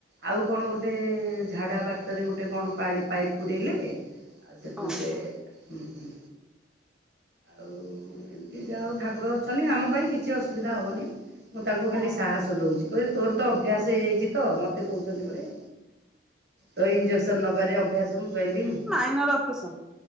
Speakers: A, on the right; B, in the centre.
A: ଆଉ କଣ ଗୋଟେ ଝାଡ଼ା ବାଟରେ ଗୋଟେ କଣ ପାଇ ପାଇପ୍ ପୁରେଇଲେ ଆ ସେଠୁ
B: ଓହୋ
A: ସେ ହୁଁ ହୁଁ। ଆଉ ଏମିତି ଯାହଉ ଠାକୁର ଅଛନ୍ତି ଆମ ପାଇଁ କିଛି ଅସୁବିଧା ହବନି। ମୁଁ ତାଙ୍କୁ ଖାଲି
B: ଓହୋ
A: ସାହସ ଦଉଚି କହିଲେ ତୋର ତ ଅଭ୍ୟାସ୍ ହେଇଯାଇଚି ତ ମତେ କହୁଚନ୍ତି ଏପଟେ। ତୋର ଇଞ୍ଜେକ୍ସନ୍ ନେବାରେ ଅଭ୍ୟାସ ମୁଁ କହିଲିି ହୁଁ
B: ମାଇନର୍ ଅପେରେସନ୍।